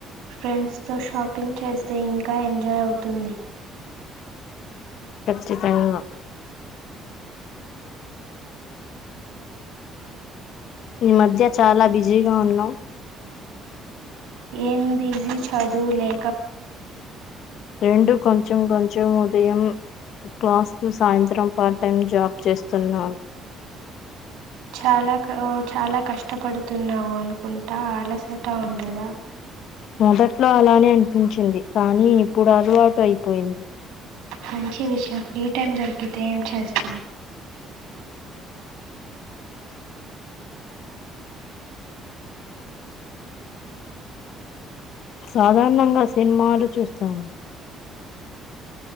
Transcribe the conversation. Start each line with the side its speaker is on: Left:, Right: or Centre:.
Right: ఫ్రెండ్స్తో షాపింగ్ చేస్తే ఇంకా ఎంజాయ్ అవుతున్ ది
Left: ఖచ్చితన్ గా ఈ మధ్య చాలా బిజీగా ఉన్నవ్
Right: ఎంబిజీ చదువులే
Left: రెండు కొంచెం కొంచం కొంచం ఉదయం క్లాస్ సాయంత్రం పార్ట్ టైం జాబ్ చేస్తున్నాను
Right: చాలా క ఓ చాలా కష్టపడుతున్నావు అనుకుంటా అలసట ఉండదా
Left: మొదట్లో అలానే అనిపించింది కానీ ఇప్పుడు అలవాటు అయిపోయింది
Right: మంచి విషయం ఫ్రీ టైమ్ దొరికితే ఏం చేస్తావు
Left: సాధారణంగా సినిమాలు చూస్తాను